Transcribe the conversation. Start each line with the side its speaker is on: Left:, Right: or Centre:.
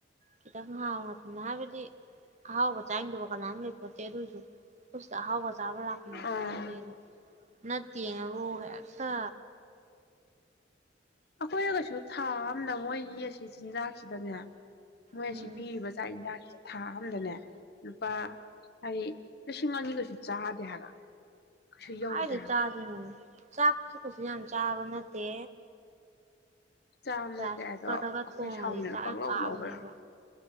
Right: ꯈꯤꯇꯪ ꯍꯥꯎꯅ ꯊꯨꯝꯅ ꯍꯥꯏꯕꯗꯤ ꯑꯍꯥꯎꯕ ꯆꯥꯅꯤꯡꯗꯕ ꯀꯅꯥ ꯑꯝ ꯂꯩ ꯄꯣꯟꯇꯦ ꯑꯗꯨꯑꯣꯏꯁꯨ ꯄꯨꯛꯁꯤꯗ ꯑꯍꯥꯎꯕ ꯆꯕ ꯂꯥꯛꯄ ꯃꯛꯇꯤ
Left: ꯑꯥ
Right: ꯅꯠꯇꯦꯗꯣ ꯅꯠꯇꯦ ꯍꯥꯏꯕꯨ ꯍꯦꯛꯇ
Left: ꯑꯩꯈꯣꯏꯅ ꯀꯩꯁꯨ ꯊꯥ ꯑꯝꯗ ꯃꯣꯏꯒꯤ ꯑꯁꯤ ꯆꯤꯟꯖꯥꯛꯁꯤꯗꯅꯦ ꯃꯣꯏ
Right: ꯎꯝ
Left: ꯑꯁꯤ ꯄꯤꯔꯤꯕ ꯆꯥꯛ ꯏꯟꯁꯥꯡꯁꯦ ꯊꯥ ꯑꯝꯗꯅꯦ ꯂꯨꯄꯥ ꯍꯥꯏ ꯂꯤꯁꯤꯡ ꯑꯅꯤ ꯀꯩꯁꯨ ꯆꯥꯗꯦ ꯍꯥꯏꯕ ꯀꯩꯁꯨ ꯌꯧꯗꯦ
Right: ꯀꯥꯏꯗꯩꯩ
Left: ꯍꯥꯏꯕ
Right: ꯆꯥꯗꯣꯏꯅꯣ ꯆꯥꯛꯁꯨ ꯀꯁꯨ ꯌꯥꯝ ꯆꯥꯕ ꯅꯠꯇꯦ
Left: ꯆꯥꯕ ꯅꯠꯇꯦ
Right: ꯔꯥꯏꯁ ꯀꯨꯀꯔꯗꯒ
Left: ꯑꯗꯣ ꯑꯩꯈꯣꯏ
Right: ꯊꯣꯡꯉꯗꯤ
Left: ꯁꯥꯎꯅꯤꯗꯅ
Right: ꯆꯥꯛ
Left: ꯄꯪꯂꯧ
Right: ꯌꯥꯝ ꯀꯥꯕꯅꯦꯕ
Left: ꯂꯧꯕ ꯋꯥ